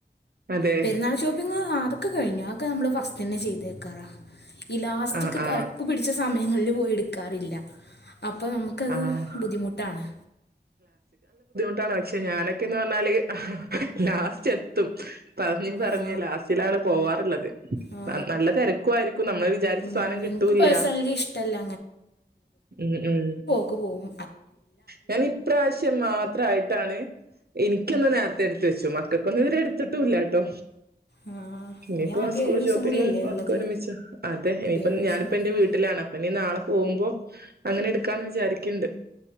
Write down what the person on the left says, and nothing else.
പെരുന്നാൾ ഷോപ്പിംഗ് ആഹ് അത് ഒക്ക കഴിഞ് ആക്ക നമ്മള് ഫസ്റ്റ് തന്നെ ചെയ്ത്ക്കാറാ ഈ ലാസ്റ്റിക്
തെരക്ക് പിടിച്ച സമയ ഞങ്ങളിൽ പോയി എടുക്കാറില്ല അപ്പ നമുക്കത്
ബുദ്ധിമുട്ടാണ്
ആ,
ആ.
ഉം,
എനിക്ക് പേഴ്സണലി ഇഷ്ടമല്ല
ക്ക് പോവും
ആ,
ഇനി ആകെ
ഏഴ് ദിവസം
കൂടിയല്ലേ ഉള്ളത്
ഏഴ് ദിവസം
കൂടിയില്ല